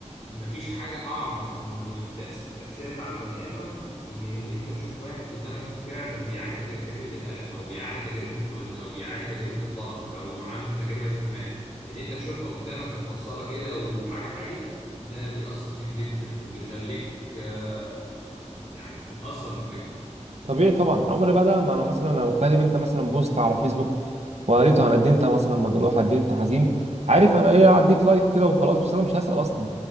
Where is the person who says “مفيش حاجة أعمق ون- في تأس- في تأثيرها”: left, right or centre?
Left